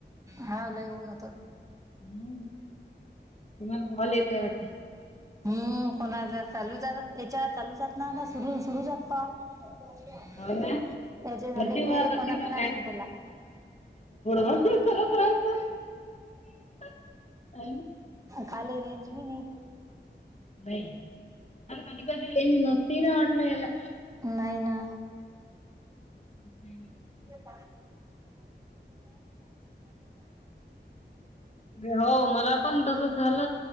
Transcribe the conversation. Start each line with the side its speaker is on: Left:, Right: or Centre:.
Right: हा लय उन्ह होत.
Left: हम्म, तुम्हाला कॅल येत आहे वाटते.
Right: हम्म कोणाचा चालू जात याच्यावर चालू जातना सुरू, सुरू जात कॉल त्याची
Left: हो ना?
Right: झाले
Left: भरती म्हणत
Right: ते कोणाकणाशी
Left: असतील का
Right: बोला
Left: अस करत राहतो.
Right: खाली रेंज बी नाही.
Left: नाही आणि कधी, कधी रेंज नसती ना वाटल याला.
Right: नाही ना.
Left: हम्म
Right: --
Left: हो मला पण तस झाल